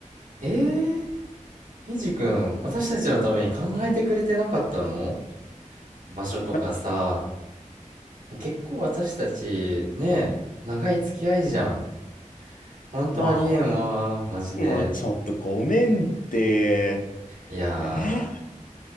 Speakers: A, on the right; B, on the left.
A: えー、銀次くん、私たちのために考えてくれてなかったの場所とかさ、
B: やべ。
A: 結構私たち、ねえ、長い付き合いじゃん。ほんとありえんわ、
B: ま
A: マジで。
B: あ、もうちょっとごめんって。
A: いや
B: えー、